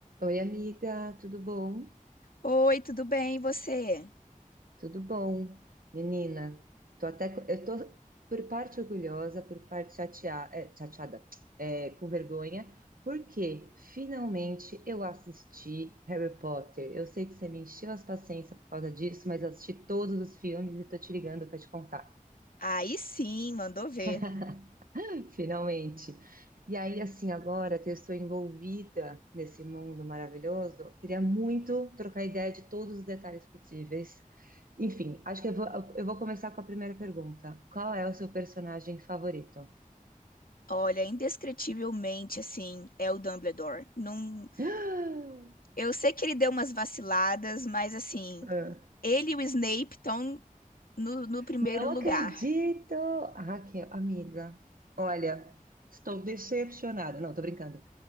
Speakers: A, on the right; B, on the left.
A: Oi, amiga, tudo bom?
B: Oi, tudo bem, e você?
A: Tudo bom. Menina, tô até, co- eu tô por parte orgulhosa, por parte chatea- é, chateada, é, com vergonha, porque finalmente eu assisti Harry Potter. Eu sei que você me encheu as paciências por causa disso, mas eu assisti todos os filmes e tô te ligando pra te contar.
B: Aí sim, mandou ver.
A: <laughs> <laughs> Finalmente. E aí, assim, agora que eu estou envolvida nesse mundo maravilhoso, eu queria muito trocar ideia de todos os detalhes possíveis. Enfim, acho que eu vou, eu vou começar com a primeira pergunta. Qual é o seu personagem favorito?
B: Olha, indescritivelmente, assim, é o Dumbledore. Não...
A: <gasps>
B: Eu sei que ele deu umas vaciladas, mas, assim,
A: Ah,
B: ele e o Snape estão no, no primeiro
A: Não
B: lugar.
A: acredito! Ah, Raquel, amiga, olha, estou decepcionada. Não, tô brincando.